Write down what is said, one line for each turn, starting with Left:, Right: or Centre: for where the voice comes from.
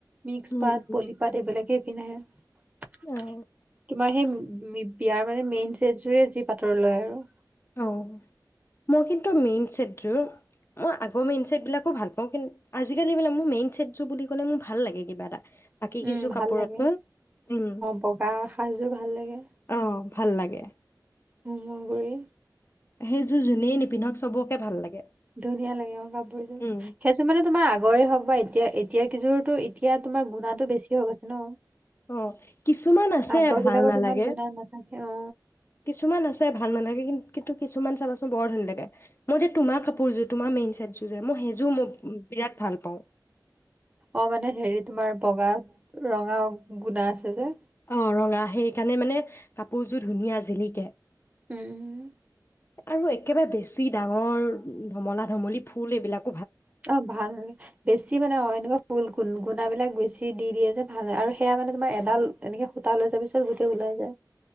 Right: মিক্স‌পাট,
Left: উম,
Right: পলীপাট এইবিলাকে <unintelligible>
Left: অ'
Right: তোমাৰ সেই বিয়াৰ মানে মেইন ছেট যোৰেই যি পাটৰ লয় আৰু
Left: অ' মোৰ কিন্তু মেইন ছেট যোৰ মোৰ আগৰ মেইন ছেট যোৰ ভাল পাওঁ। কিন্তু আজি কালি মেইন ছেট যোৰ বুলি ক'লে মোৰ ভাল লাগে কিবা এটা। বাকী
Right: উম,
Left: কিছু কাপোৰতকৈ
Right: ভাল লাগে
Left: উম,
Right: বগা সাজ যোৰ ভাল লাগে।
Left: অ' ভাল লাগে।
Right: হোমৰ গুৰি
Left: সেইযোৰ জোনে নিপিন্ধক কিয় সবকে ভাল লাগে।
Right: ধুনীয়া লাগে কাপোৰ যোৰ।
Left: উম,
Right: সেইযোৰ আগৰ হ'ক বা এতিয়া এইযোৰ টো এতিয়া গুনাটো বেছি হৈ গৈছে ন।
Left: উম কিছুমান আছে
Right: আগৰ
Left: ভাল
Right: বিলাকত
Left: নালাগে।
Right: ইমান গুণা নাথাকে অ
Left: কিছুমান আছে ভাল নালাগে কিন্তু কিন্তু কিছুমান চাবাচোন বৰ ভাল লাগে মোৰ যে তোমাৰ কাপোৰ যোৰ তোমাৰ মেইন ছেট যোৰ সেইযোৰ মোক বিৰাট ভাল পাওঁ।
Right: অ'মানে হেৰী তোমাৰ বগাত ৰঙা গুণা আছে যে।
Left: অ' ৰঙা সেইকাৰণে মানে কাপোৰ ধুনীয়া জিলিকে।
Right: উম।
Left: আৰু একেবাৰে বেছি ডাঙৰ ধমলা ধমলী ফুল এইবিলাক
Right: অহ, ভাল নালাগে বেছি মানে অ', এনেকা ফুল গুণ গুণা বিলাক বেছি দি দি দিয়ে যে, ভাল সেইয়া মানে তোমাৰ এডাল এনেকে সূতা ওলাই যোৱাৰ পাছত গোটেই ওলাই যায়।